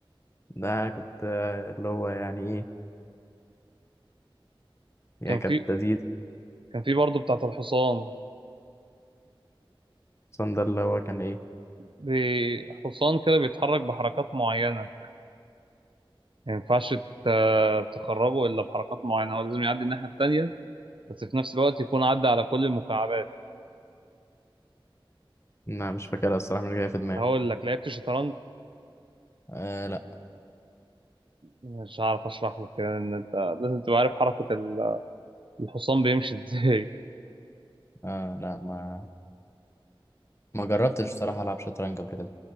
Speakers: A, on the left; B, on the right.
A: ده كنت آه، اللي هو يعني ايه هي
B: كان
A: كانت
B: في
A: تزيد
B: كان في برضه بتاعة الحصان
A: صندر اللي هو كان ايه
B: بي- حصان كده بيتحرك بحركات معينة ما ينفعش ت- تخرجه إلا بحركات معينة هو لازم يعدي الناحية التانية بس في نفس الوقت يكون عدى على كل المكعبات
A: انا مش فاكرها الصراحة مش جاية في دماغي
B: هقول لك لعبت شطرنج
A: آه لا
B: مش عارف أشرح لك يعني إن أنت لازم تبقى عارف حركة ال- الحصان بيمشي إزاي
A: آه لا ما ما جربتش الصراحة العب شطرنج قبل كده